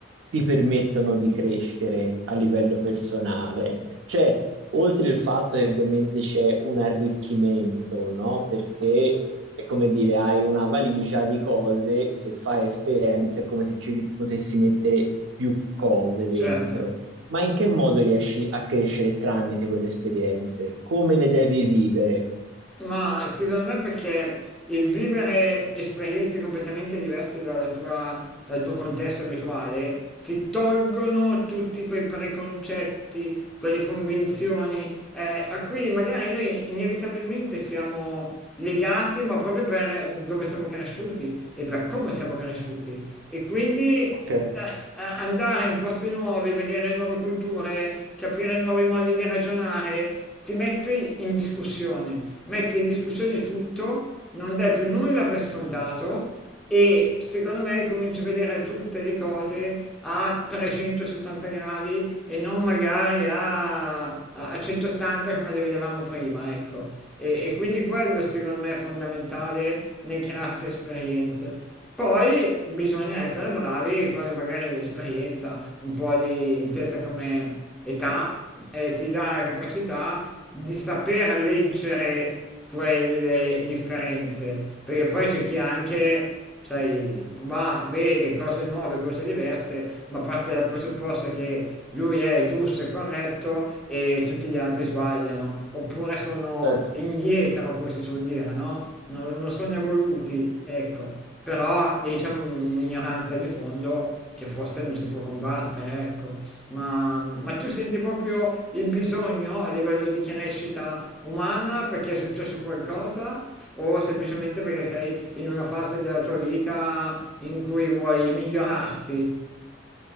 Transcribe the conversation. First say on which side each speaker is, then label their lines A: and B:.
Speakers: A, on the right; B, in the centre.
A: ti permettono di crescere a livello personale? Cioè, oltre il fatto che ovviamente c'è un arricchimento, no? Perché è come dire, hai una valigia di cose, se fai esperienze è come se ci potessi mettere più cose dentro.
B: certo.
A: Ma in che modo riesci a crescere tramite quelle esperienze? Come le devi vivere?
B: Ma secondo me perché il vivere esperienze completamente diverse dalla tua- dal tuo contesto abituale ti tolgono tutti quei preconcetti, quelle convinzioni eh, a cui magari noi inevitabilmente siamo legati, ma proprio per dove siamo cresciuti e per come siamo cresciuti. E quindi
A: Ok,
B: sai, a- andare in posti nuovi, vedere nuove culture, capire nuovi modi di ragionare, ti metti in discussione, metti in discussione tutto, non dai più nulla per scontato e secondo me cominci a vedere tutte le cose a 360 gradi e non magari a, a- a 180 come le vedevamo prima, ecco. E, e quindi quello secondo me è fondamentale nel crearsi esperienze. Poi bisogna essere bravi, quello magari è l'esperienza, un po' di intesa come età, eh, ti dà la capacità di saper leggere quelle differenze, perché poi c'è chi anche, sai, va, vede cose nuove, cose diverse, ma parte dal presupposto che lui è giusto e corretto e tutti gli altri sbagliano, oppure sono
A: certo.
B: indietro, come si suol dire, no? non, non sono evoluti, ecco però lì c'è un'ignoranza di fondo che forse non si può combattere, ecco. Ma, ma tu senti proprio il bisogno a livello di crescita umana perché è successo qualcosa o semplicemente perché sei in una fase della tua vita in cui vuoi migliorarti?